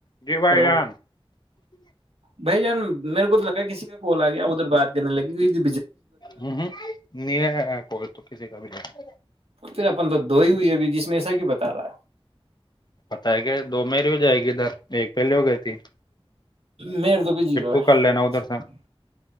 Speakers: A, on the left; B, on the right.
A: G by
B: hello
A: جان <unintelligible>
B: بھائی جان میرے کو تو لگا ہے کسی کا بول آ گیا ادھر بات کرنے لگے کی
A: ہ ہ نہیں کوئی تو کسی کا بھی نہیں
B: پھر اپن تو دو ہی ہوئی ابھی جس میں ایسا کیوں بتا رہا
A: بت ہے کہ دو مری جائے گی ادھر ایک پہلے ہو گئی تھی
B: میر تو بج
A: پھر
B: رہو ہے <unintelligible>
A: کر لینا ادھر سے